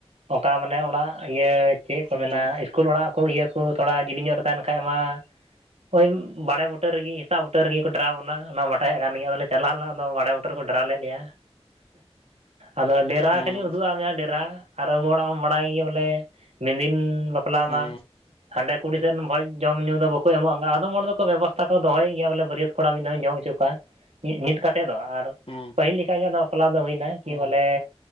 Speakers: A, on the right; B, on the left.
A: ᱚᱱᱠᱟ ᱢᱟᱱᱮ ᱚᱲᱟᱜ ᱤᱭᱟᱹ ᱪᱮᱫ ᱠᱚ
B: ᱦᱮᱸ
A: ᱢᱮᱱᱟ ᱤᱥᱠᱩᱞ ᱚᱲᱟᱜ ᱤᱭᱟᱹ ᱠᱚ ᱛᱷᱚᱲᱟ ᱡᱤᱞᱤᱧᱚᱜ ᱨᱮ ᱛᱟᱦᱮᱱ ᱠᱷᱟᱡ ᱢᱟ ᱳᱭ ᱵᱟᱲᱮ ᱵᱩᱴᱟᱹ ᱨᱮᱜᱮ ᱦᱮᱥᱟᱜ ᱵᱩᱴᱟᱹᱨ ᱨᱮᱜᱮ ᱠᱚ ᱰᱮᱨᱟᱵᱚᱱᱟ ᱚᱱᱟ ᱵᱟᱰᱟᱭᱮᱫ ᱠᱟᱱ ᱜᱮᱭᱟ ᱟᱫᱚᱞᱮ ᱪᱟᱞᱟᱮᱭᱮᱱᱟ ᱟᱫᱚ ᱵᱟᱲᱮ ᱵᱩᱴᱟᱹ ᱠᱚ ᱰᱮᱨᱟ ᱞᱮᱫ ᱞᱮᱭᱟ ᱟᱫᱚ ᱰᱮᱨᱟ
B: ᱦᱮᱸ
A: ᱠᱷᱟᱹᱞᱤ ᱩᱫᱩᱭᱟᱫ ᱢᱮᱭᱟ ᱰᱮᱨᱟ ᱟᱨ ᱟᱵᱚ ᱦᱚᱲᱟᱜ ᱢᱟ ᱵᱟᱲᱟᱭ ᱜᱮᱭᱟ ᱵᱚᱞᱮ ᱢᱮᱱᱫᱤᱱ ᱵᱟᱯᱞᱟ
B: ᱦᱮᱸ
A: ᱢᱟ ᱦᱟᱸᱰᱮ ᱠᱩᱲᱤ ᱥᱮᱱ ᱵᱷᱚᱡᱽ ᱡᱚᱢ-ᱧᱩ ᱫᱚ ᱵᱟᱠᱚ ᱮᱢᱚᱜ-ᱟ ᱟᱫᱚᱢ ᱦᱚᱲ ᱫᱚᱠᱚ ᱵᱮᱵᱚᱥᱛᱷᱟ ᱠᱚ ᱫᱚᱦᱚᱭ ᱜᱮᱭᱟ ᱵᱚᱞᱮ ᱵᱟᱹᱨᱭᱟᱹᱛ ᱠᱚᱲᱟ ᱢᱤᱫ ᱫᱷᱟᱣᱤᱧ ᱡᱚᱢ ᱦᱚᱪᱚ ᱠᱚᱣᱟ ᱱᱤᱛ ᱠᱟᱛᱮ ᱫᱚ ᱟᱨ
B: ᱦᱮᱸ
A: ᱯᱟᱹᱦᱤᱞ ᱞᱮᱠᱟᱜᱮ ᱟᱫᱚ ᱵᱟᱯᱞᱟ ᱫᱚ ᱦᱩᱭᱱᱟ ᱠᱤ ᱵᱚᱞᱮ